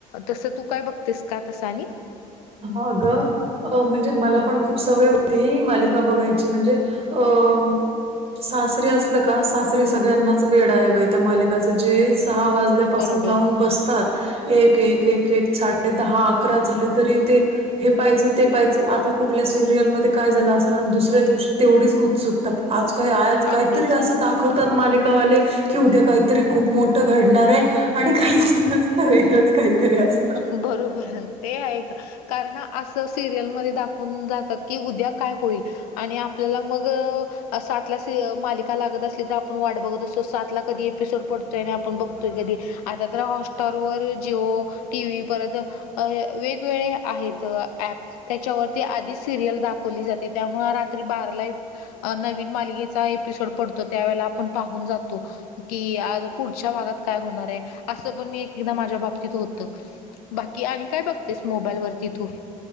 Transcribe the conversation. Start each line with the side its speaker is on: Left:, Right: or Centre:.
Left: तसं तू काय बघतेस का तसं आणि?
Right: आग अ म्हणजे मला पण खूप सवय होती मालिका बघायची म्हणजे अ म्हणजे सासरी असलं का सासरी सगळ्यांनाच वेड आहे बाई त्या मालिकच जे सहा वाज कुठल्या पासून
Left: बरोबर
Right: लावून बसतात एकेक साडेदहा अकरा झाले तरी ते हे पाहिजं ते पाहिचं आता कुठल्या सिरियलमध्ये काय झालं असेर आणि दुसऱ्या दिवशी तेवढीच उत्सुकता आज काही आज काहीतरी
Left: अगदीच
Right: असं दाखवतात मालिकावाले की उद्या काही खूप मोठ घडणार आहे आणि काहीच नसतं वेगळंच काहीतरी असतं.
Left: बरोबर ते आहे का कारण असं सिरियलमध्ये दाखवून जातात की उद्या काय होईल आणि आपल्याला मग सातला सी मालिका लागतं असली तर आपण वाट बघतो असतो सातला कधी एपिसोड पडतोय आणि आपण बघतोय कधी आता तर हॉटस्टार वर जिओ टी व्ही परत वेगवेगळे आहेत ॲप त्याच्यावरती आधी सिरियल दाखवली जाते त्यामुळे रात्री बाराला नवीन मालिकेचा एपिसोड पडतो त्यावेळेला आपण पाहून जातो की पुढच्या भागात काय होणार आहे असं पण मी एक एकदा माझ्या बाबतीत होत बाकी आणि काय बघत बघतेस मोबाईलवरती तु